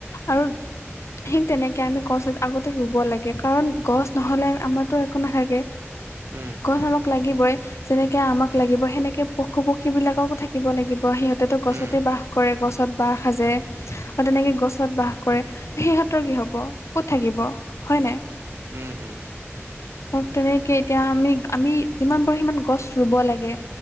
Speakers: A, on the left (about 75°); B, on the right (about 65°).
A: আৰু <unintelligible> তেনেকে আমি গছ আগতে ৰুব লাগে। কাৰণ গছ নহ'লে আমাৰতো একো নাথাকে,
B: উম
A: গছ আমাক লাগ লাগিবই, যেনেকে আমাক লাগিব সেনেকে পশু-পক্ষী বিলাককো থাকিব লাগিব, সিহঁতেতো গছতেই
B: উম
A: বাস কৰে গছত বাঁহ সাজে, আৰু তেনেকে গছত বাস কৰে। সিহঁতৰ কি হ'ব ক'ত থাকিব হয় নাই
B: উম উম
A: হওক তেনেকে এতিয়া আমি আমি যিমান পাৰো সিমান গছ ৰুব লাগে।